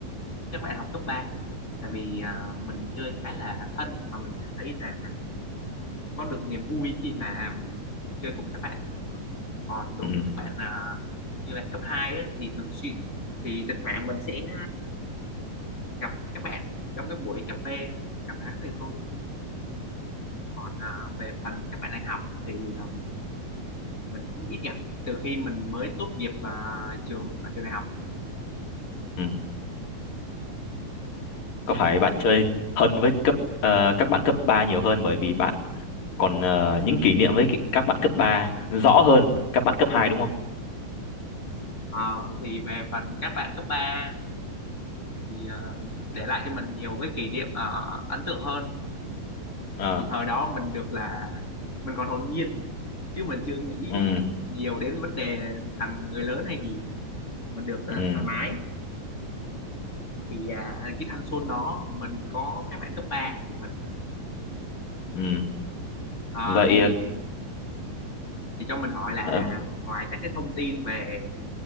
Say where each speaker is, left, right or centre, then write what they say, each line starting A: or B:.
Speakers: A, on the left; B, on the left.
A: các bạn học cấp 3, tại vì à, mình chơi khá là thân và mình cảm thấy là có được niềm vui khi mà um, chơi cùng các bạn còn đối
B: ừ
A: với các bạn à, như là cấp 2 á, thì thường xuyên thì thỉnh thoảng mình sẽ gặp các bạn trong các buổi cà phê gặp hắn thì thôi còn à, về phần các bạn đại học thì à, mình cũng ít gặp từ khi mình mới tốt nghiệp à, trường ở trường đại học
B: ừ có phải bạn chơi thân với cấp ờ, các bạn cấp 3 nhiều hơn bởi vì bạn còn ờ, những kỷ niệm với các bạn cấp 3 rõ hơn các bạn cấp hai đúng không?
A: Ờ, thì về phần các bạn cấp 3 thì ờ, để lại cho mình nhiều cái kỷ niệm ờ, ấn tượng hơn
B: Ờ,
A: thì thời đó mình được là mình còn hồn nhiên chứ mình chưa nghĩ
B: ừ,
A: nhiều đến vấn đề thành người lớn hay gì mình được ờ,
B: ừ,
A: thoải mái thì à, cái thanh xuân đó mình có các bạn cấp 3 của mình
B: ừ.
A: Ờ,
B: Vậy
A: thì thì cho mình hỏi là
B: ờ,
A: ngoài các cái thông tin về